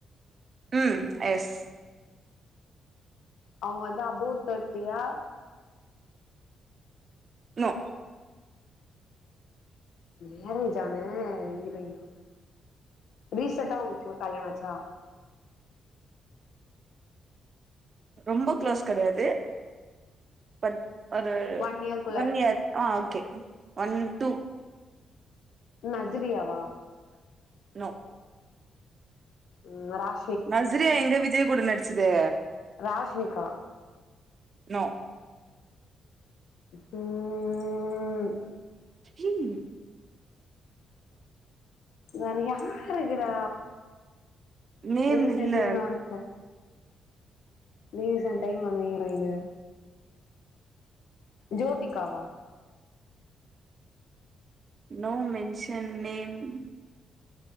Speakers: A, on the right (about 50°); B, on the left (about 75°).
A: ம் எஸ்
B: அவங்க வந்து அபோ தேட்டியா
A: நோ
B: மேரேஜான இரோயினா ரீசன்ட்டா அவுங்ளுக் கல்யாண ஆச்சா
A: ரொம்ப க்ளோஸ் கடையாது பட் அது
B: ஒன் இயர்க்குள்ள
A: ஒன் இயர் ஆ ஓகே ஒன் டூ
B: நசுரியாவா
A: நோ
B: ம் <unintelligible>
A: நஸ்ரியா எங்க விஜய் கூட நடிச்சிது
B: ராஷ்மிகா
A: நோ
B: ம்
A: ம்
B: வேற யாருக்குறா
A: நேம்
B: ரீசன்
A: இல்ல.
B: டைம்ல வந்த ரீசன் டைம் வந்த இரோயினு ஜோதிகாவா
A: நோ மென்ஷன் நேம்